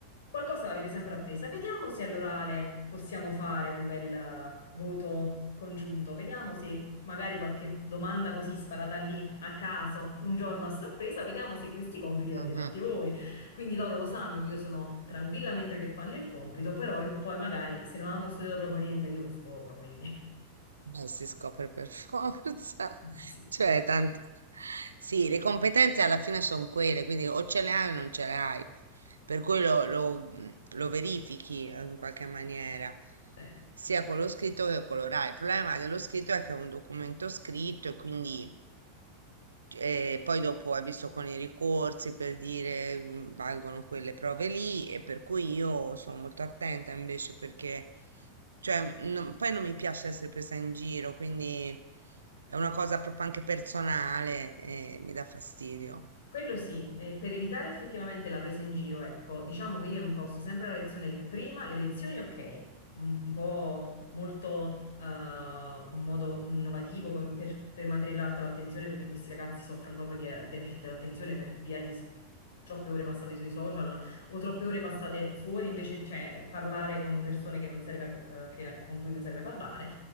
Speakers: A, on the left; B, on the right.
A: Qualcosa l'avete sempre appresa. Vediamo se all'orale possiamo fare un bel eh, voto congiunto. Vediamo se magari qualche domanda così sparata lì a caso, un giorno a sorpresa, vediamo se questi compiti li avete
B: Eh.
A: fatti voi. Quindi loro lo sanno che io sono tranquilla mentre che fanno il compito, però poi magari se non hanno studiato proprio niente io lo scopro, quindi
B: Ma si scopre per forza,
A: <laughs>
B: <laughs>
A: Sì.
B: cioè tanto. Sì, le competenze alla fine sono quelle, quindi o ce le hai o non ce le hai, per cui lo, lo- mh, lo verifichi eh, in qualche maniera,
A: sì.
B: sia con lo scritto che con l'orale. Il problema dello scritto è che è un documento scritto e quindi eh, poi dopo hai visto con i ricorsi per dire mh, valgono quelle prove lì e per cui io sono molto attenta invece perché cioè, non- poi non mi piace essere presa in giro, quindi è una cosa proprio anche personale e mi dà fastidio.
A: Quello sì, eh, per evitare effettivamente la presa in giro, ecco, diciamo che io imposto sempre la lezione prima, le lezioni ok, un, un po' molto eh, un modo innovativo com- per, per mantenere alta l'attenzione perché questi ragazzi soffrono proprio di eh, deficit dell'attenzione per via di s- troppe ore passate sui social o troppe ore passate fuori invece, cioè parlare con persone che non serve, a co- eh, che- con cui non serve parlare.